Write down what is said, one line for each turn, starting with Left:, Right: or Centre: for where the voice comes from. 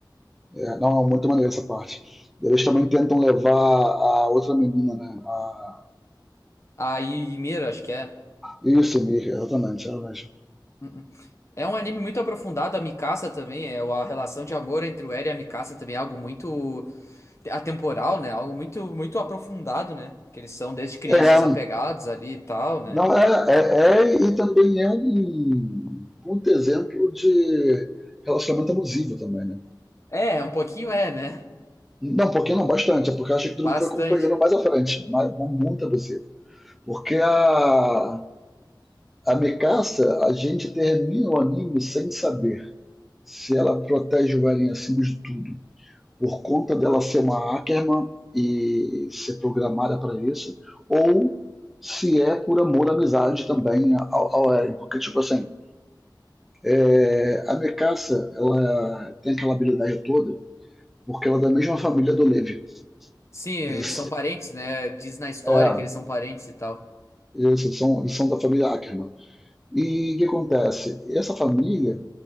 Centre: É, não, é muito maneira essa parte. Eles também tentam levar a outra menina, né? A...
Left: a Mira, acho que é.
Centre: Isso, Mir, exatamente, é ela mesmo.
Left: uh É um anime muito aprofundado, a Mikasa também, é a relação de amor entre o Eren e a Mikasa também é algo muito atemporal, né? Algo muito muito aprofundado, né? Que eles são desde crianças
Centre: É,
Left: apegados ali e tal, né?
Centre: não, é, é, é, e também é um puto exemplo de relacionamento abusivo também, né?
Left: É, um pouquinho é, né?
Centre: Não, um pouquinho não, bastante. É porque eu acho que todo
Left: Bastante.
Centre: mundo foi acompanhando mais à frente, mas, mas muito abusivo. Porque a, a Mikasa, a gente termina o anime sem saber se ela protege o galinho acima de tudo, por conta dela ser uma Ackerman e ser programada para isso, ou se é por amor, amizade também ao, ao Eren. Porque, tipo assim, é, a Mekassa, ela tem aquela habilidade toda, porque ela é da mesma família do Levi.
Left: Sim, eles
Centre: Eles,
Left: são parentes, né? Diz na história
Centre: é,
Left: que eles são parentes e tal.
Centre: eles, são, eles são da família Ackerman. E o que acontece? Essa família,